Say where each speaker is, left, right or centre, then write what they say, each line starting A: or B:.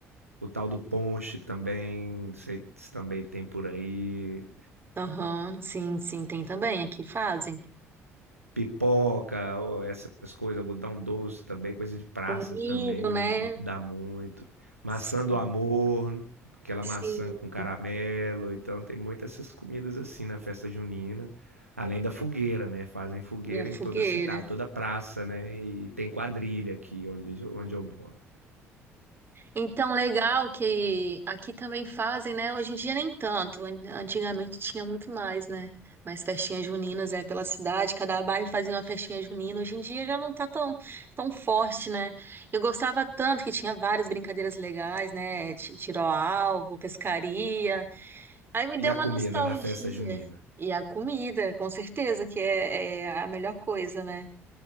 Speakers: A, on the right; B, on the right.
A: o tal do ponche também, não sei se também tem por aí.
B: Aham, sim, sim, tem também, aqui fazem.
A: Pipoca, ó, essas coisas, algodão doce também, coisa de praça
B: O milho,
A: também
B: né?
A: dá muito. Maçã
B: Sim,
A: do amor, aquela
B: sim.
A: maçã com caramelo. Então tem muitas essas comidas assim na festa junina. Além da fogueira, né? Fazem fogueira
B: E a
A: em
B: fogueira.
A: toda a cidade, toda praça, né? E tem quadrilha aqui onde, onde eu moro.
B: Então, legal que aqui também fazem, né? Hoje em dia nem tanto. An- Antigamente tinha muito mais, né? Mais festinhas juninas, é, pela cidade. Cada bairro fazia uma festinha junina. Hoje em dia já não tá tão, tão forte, né? Eu gostava tanto que tinha várias brincadeiras legais, né? Ti- Tiro ao alvo, pescaria. Aí me
A: E
B: deu
A: a
B: uma
A: comida
B: nostalgia.
A: na festa junina?
B: E a comida, com certeza, que é, é a melhor coisa, né?